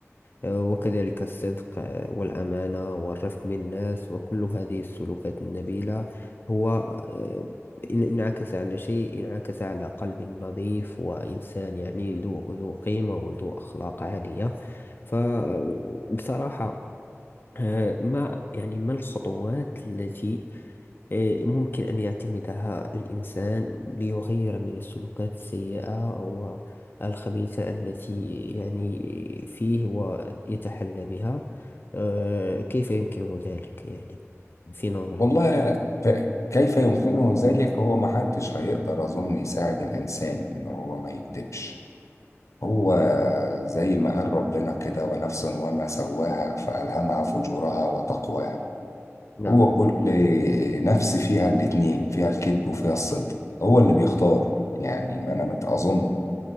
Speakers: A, on the left; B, on the left.
A: آه، وكذلك الصدق آه، والأمانة والرفق بالناس وكل هذه السلوكات النبيلة هو آه، إن انعكس على شيء انعكس على قلب نظيف وإنسان يعني ذو ذو قيمة وذو أخلاق عالية فبصراحة آه، ما يعني ما الخطوات التي آه، ممكن أن يعتمدها الإنسان ليغير من السلوكات السيئة والخبيثة التي يعني فيه ويتحلى بها آه، كيف يمكنه ذلك يعني في نظرك
B: والله ف- كيف يمكنه ذلك هو ما حدش هيقدر أظن يساعد الإنسان إن هو ما يكذبش هو زي ما قال ربنا كده ونفس وما سواها فألهمها فجورها وتقواها
A: نعم
B: هو كل نفس فيها الاتنين فيها الكذب وفيها الصدق هو اللي بيختار يعني ما أنا متأظن